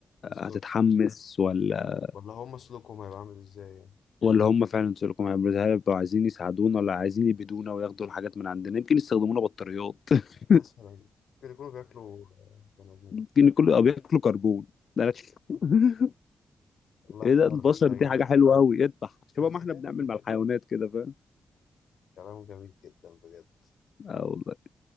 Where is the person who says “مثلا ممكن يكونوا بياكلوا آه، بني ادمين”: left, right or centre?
Left